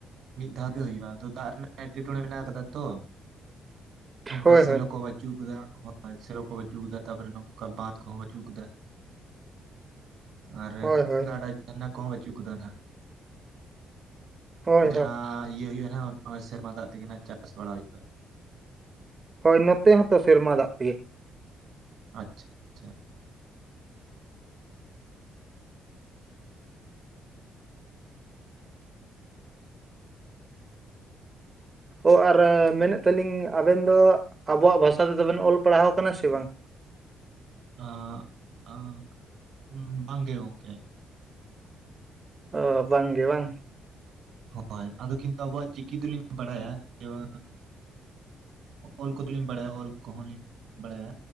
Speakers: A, on the right (about 70°); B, on the right (about 30°).
A: ᱢᱤᱫ ᱫᱷᱟᱣ ᱜᱮ ᱦᱩᱭᱩᱜ-ᱟ ᱟᱫᱚ ᱫᱟᱜ ᱨᱮᱱᱟᱜ ᱮᱴᱠᱮᱴᱚᱬᱮ ᱢᱮᱱᱟᱜ ᱠᱟᱫᱟ ᱛᱚ᱾ ᱚᱱᱠᱟ
B: ᱦᱳᱭ
A: ᱥᱮᱞᱚ
B: ᱦᱳᱭ
A: ᱠᱚ ᱵᱟᱹᱪᱩᱜ ᱠᱟᱫᱟ᱾ ᱥᱮᱞᱳ ᱠᱚ ᱯᱟᱪᱩ ᱠᱟᱫᱟ ᱛᱟᱯᱚᱨᱮ ᱱᱚᱝᱠᱟ ᱵᱟᱸᱫ ᱠᱚᱦᱚᱸ ᱯᱟᱪᱩ ᱠᱟᱫᱟ, <inaudible>
B: ᱦᱳᱭ ᱦᱳᱭ
A: <inaudible> ᱠᱚᱦᱚᱸ ᱵᱟᱹᱪᱩᱜ ᱠᱟᱫᱟ ᱱᱟᱱᱟᱜ
B: ᱦᱳᱭ
A: ᱡᱟᱦᱟᱸ
B: ᱦᱳᱭ
A: ᱤᱭᱟᱹ ᱦᱩᱭᱩᱜ-ᱟ ᱱᱟᱟᱜ ᱥᱮᱨᱢᱟ ᱫᱟᱜ ᱛᱮᱜᱮ ᱱᱟᱱᱟᱜ ᱪᱟᱥ ᱵᱟᱲᱟ ᱦᱩᱭᱩᱜ-ᱟ᱾
B: ᱦᱚᱭ ᱱᱚᱛᱮ ᱦᱚᱸᱛᱚ ᱥᱮᱨᱢᱟ ᱫᱟᱜ ᱛᱮᱜᱮ,
A: ᱟᱪᱪᱷᱟ - ᱟᱪᱪᱷᱟ
B: ᱚ ᱟᱨ ᱢᱮᱱᱮᱫ ᱛᱟᱹᱞᱤᱧ ᱟᱵᱮᱱ ᱫᱚ ᱟᱵᱚᱣᱟᱜ ᱵᱷᱟᱥᱟ ᱛᱮᱫᱚ ᱵᱮᱱ ᱚᱞ ᱯᱟᱲᱦᱟᱣ ᱟᱠᱟᱱᱟ ᱥᱮ ᱵᱟᱝ?
A: <unintelligible> ᱵᱟᱝᱜᱮ ᱜᱚᱝᱠᱮ,
B: ᱚ ᱵᱟᱝᱜᱮ ᱵᱟᱝ,
A: ᱦᱚᱭ ᱟᱫᱚ ᱠᱤᱱᱛᱩ ᱟᱵᱚᱣᱟᱜ ᱪᱤᱠᱤ ᱫᱚᱞᱤᱧ ᱵᱟᱲᱟᱭᱟ ᱡᱮ <inaudible> ᱚᱞ ᱠᱚ ᱫᱚ ᱞᱤᱧ ᱵᱟᱲᱟᱭᱟ ᱚᱞ ᱠᱚᱦᱚᱸ ᱞᱤᱧ ᱵᱟᱲᱟᱭᱟ